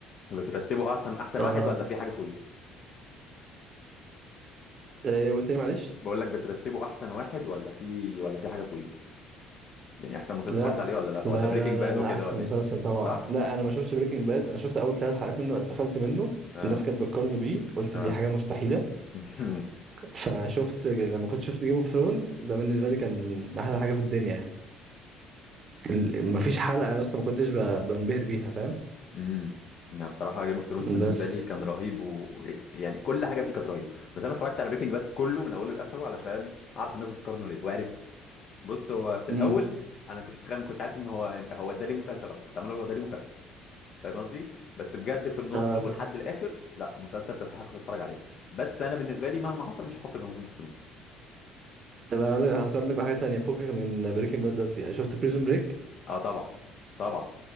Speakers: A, on the left (about 55°); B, on the right (about 45°).
A: بترتبه احسن احسن
B: اه
A: واحد ولا في حاجه فوقيه
B: إيه قلت لي معلش
A: بقول لك بترتبه احسن واحد ولا في ولا في حاجه فوقيه يعني احسن مسلسل
B: لا
A: اتفرجت عليه ولا لا
B: لا
A: ولا بريكنج
B: لا لا
A: باد
B: لا
A: وكده
B: احسن
A: ولا
B: مسلسل
A: ايه
B: طبعا
A: صح
B: لا انا ما شفتش بريكنج باد انا شفت اول ثلاث حلقات منه اتقفلت منه
A: اه
B: الناس كانت بتقارنه بيه قلت
A: اه
B: دي حاجه مستحيله
A: <laughs>
B: فشفت لما كنت شفت جيم اوف ثرونز ده بالنسبه لي كان احلى حاجه في الدنيا يعني ال- مفيش حلقه يا اسطى ما كنتش ب- بنبهر بيها فاهم
A: امم يعني بصراحه جيم اوف ثرونز بالنسبه
B: بس
A: لي كان رهيب ويعني كل حاجه فيه كانت رهيبه بس انا اتفرجت على بريكنج باد كله من اوله لاخره علشان اعرف الناس بتقارنه ليه وعرفت بص هو في
B: امم
A: الاول انا كنت متخيل ما كنتش عارف ان هو هو ده ليه مسلسل اصلا كنت عمال اقول هو ده ليه مسلسل فاهم قصدي بس بجد في النص
B: اه
A: ولحد الاخر لا مسلسل تستحق تتفرج عليه بس انا بالنسبه لي مهما حصل مش هحطه جنب جيم اوف ثرونز
B: طب انا هقول لك هقارنك بحاجه تانية فكك من بريكنج باد دلوقتي يعني شفت بريزون بريك
A: اه طبعا طبعا